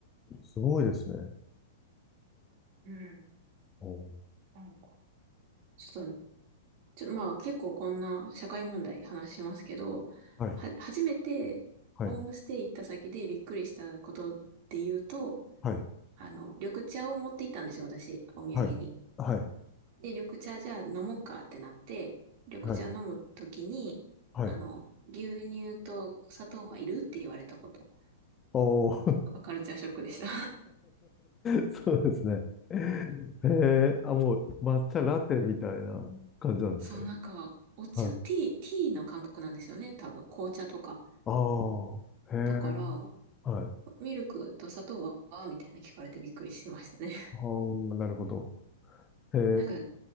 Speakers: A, on the left; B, on the right.
A: すごいですね。
B: うん。
A: おー
B: なんか。ちょっと、ちょっとまあ結構こんな社会問題話しますけど、
A: はい。
B: は、初めてホームステイ行った先でびっくりしたことで言うと、
A: はい。はい。
B: あの、緑茶を持って行ったんですよ、私、お土産に。
A: はい。はい。
B: で、緑茶じゃあ飲もうかってなって、緑茶飲むときに、
A: はい。はい。
B: あの、牛乳と砂糖はいるって言われたこと。
A: おー
B: カルチャーショックでした。
A: <laughs> そうですね。へえ、あ、もう抹茶ラテみたいな感じなんですかね。
B: <laughs> そう、なんか、お茶、
A: はい。
B: ティー、ティーの感覚なんですよね、多分。紅茶とか。
A: ああ、へえ、
B: だから、
A: はい。
B: ミルクと砂糖はみたいな聞かれてびっくりしましたね。
A: ああ、なるほど。
B: <laughs>
A: へえ、
B: なんか、